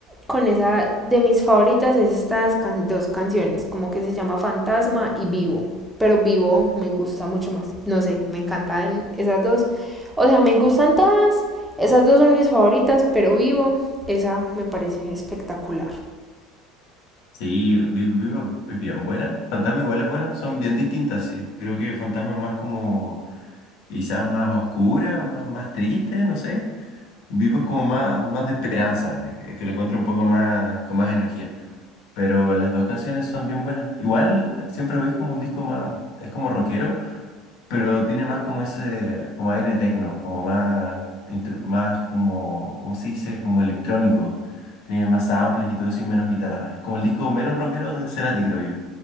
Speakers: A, in the centre; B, on the left.
A: con esa de mis favoritas es estas can- dos canciones, como que se llama Fantasma y Vivo. Pero Vivo me gusta mucho más. No sé, me encantan esas dos. O sea, me gustan todas. Esas dos son mis favoritas, pero Vivo, esa me parece espectacular.
B: sí, Vi- Vivo es bien buena, Fantasma igual es buena, son bien distintas, sí. Creo que Fantasma es más como, quizás más oscura, más, más triste, no sé. Vivo es como más, más de esperanza, así que, que lo encuentro un poco más, con más energía. Pero las dos canciones son bien buenas. Igual siempre oís como un disco más, es como rockero, pero tiene más como ese, como aire tecno, como más, intro- más como, ¿cómo se dice? Como electrónico. Tiene más samples y todo eso y menos guitarras. Es como el disco menos rockero de Cerati, creo yo.